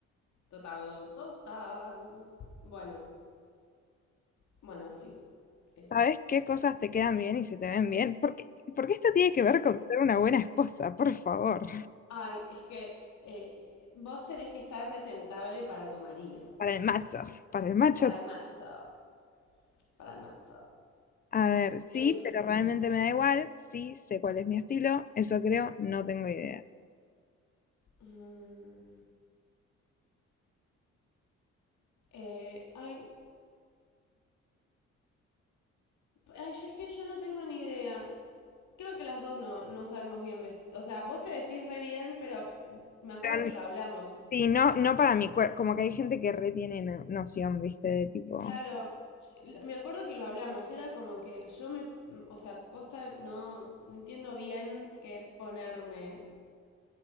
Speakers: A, on the left; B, on the left.
A: Total, total. Bueno, bueno, sí. Esa.
B: ¿Sabes qué cosas te quedan bien y se te ven bien? Porque, porque esto tiene que ver con ser una buena esposa, por favor.
A: Ay, es que eh, vos tenés que estar presentable para tu marido.
B: Para el macho, para el macho.
A: Para el matzo, para el matzo.
B: A ver, sí,
A: Em,
B: pero realmente me da igual. Sí, sé cuál es mi estilo. Eso creo, no tengo idea.
A: mm, eh, ay, ay, yo es que yo no tengo ni idea. Creo que las dos no, no sabemos bien vestir. O sea, vos te vestís re bien, pero me acuerdo
B: Pero,
A: que lo hablamos.
B: sí, no, no para mi cuerpo. Como que hay gente que retiene no- noción, ¿viste? De tipo,
A: Claro, yo- me acuerdo que lo hablamos. Era como que yo me, o sea, posta, no, no entiendo bien qué ponerme.